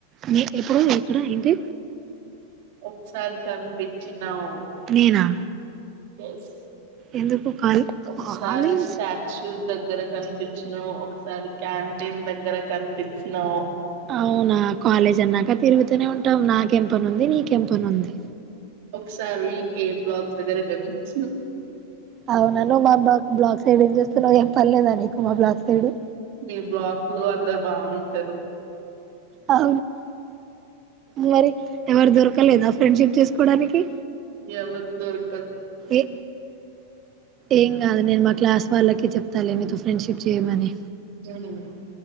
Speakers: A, on the right; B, on the right.
A: మీ ఎప్పుడు ఇక్కడ ఏంటి
B: ఒక్కసారి కనిపించినావ్
A: నేనా
B: ఎస్
A: ఎందుకు కాల్
B: ఒకసారి
A: కాలేజ్
B: స్టాచ్యూ దగ్గర కనిపించినావ్ ఒకసారి క్యాంటీన్ దగ్గర కనిపించినావ్
A: అవునా కాలేజ్ అన్నాక తిరుగుతూనే ఉంటాం నాకెంపని ఉంది నీకెంపని ఉంది
B: ఒకసారి ఏ బ్లాక్ దగ్గర కనిపించిన
A: అవునా నువ్ మా మా బబా బ్లాక్ సైడ్ ఏం చేస్తున్నావు ఏం పని లేదా నీకు మా బ్లాక్ ఏడు
B: మీ బ్లాక్ లో అందరు బాగుంటారు
A: అ మరి ఎవరు దొరకలేదా ఫ్రెండ్షిప్ చేస్ కూడ నికి
B: ఎవత్ దొర్
A: ఏ ఏం గాదు నేను మా క్లాస్ వాళ్ళకి చెప్తా మళ్ళీ మీతో ఫ్రెండ్షిప్ చేయమని
B: ఎం అన్నావు నన్ను